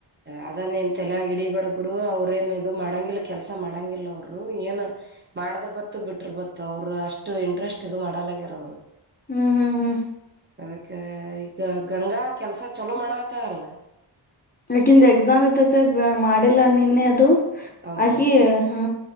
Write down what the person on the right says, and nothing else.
ಅದನ್ನ ಎಂತೆಲ್ಲ ಗಿಡೀ ಬಡ ಬಿಡು ಅವ್ರ ಏನ್ ಇದು ಮಾಡಂಗಿಲ್ಲ ಕೆಲ್ಸ ಮಾಡಂಗಿಲ್ಲ ಅವರು ಏನ್ ಮಾಡದ್ರ ಬತ್ತು ಬಿಟ್ರ ಬತ್ತು ಅವರು ಅಷ್ಟು ಇಂಟ್ರೆಸ್ಟ್ ಇದು ಮಾಡಲಗ್ಯಾರ ಅವರು
ಅದಕ್ಕೆ ಈಗ ಗಂಗಾ ಕೆಲಸ ಚಲೋ ಮಾಡಕ ಲ್ಲ
ಹೌದೌದು